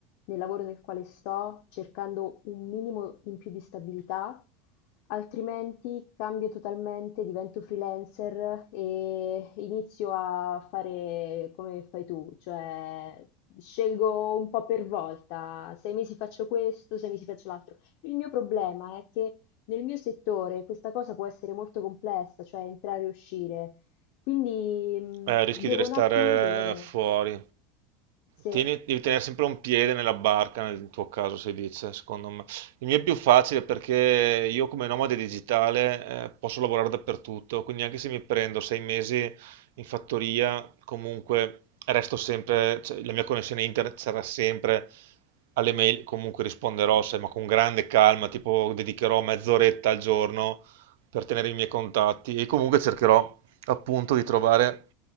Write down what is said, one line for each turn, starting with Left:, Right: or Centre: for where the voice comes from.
Left: nel lavoro nel quale sto, cercando un minimo in più di stabilità, altrimenti cambio totalmente, divento freelancer e inizio a fare come fai tu, cioè scelgo un po' per volta, sei mesi faccio questo, sei mesi faccio l'altro. Il mio problema è che nel mio settore questa cosa può essere molto complessa, cioè entrare e uscire, quindi mh,
Right: Eh, rischi
Left: devo
Right: di restare
Left: un attimo vedere.
Right: fuori.
Left: Sì,
Right: Tieni- devi tenere sempre un piede nella barca, nel tuo caso si dice, secondo me. Il mio è più facile perché io come nomade digitale eh, posso lavorare dappertutto, quindi anche se mi prendo sei mesi in fattoria, comunque resto sempre, cioè, la mia connessione internet sarà sempre alle mail, comunque risponderò, sai, ma con grande calma, tipo dedicherò mezz'oretta al giorno per tenere i miei contatti e comunque cercherò appunto di trovare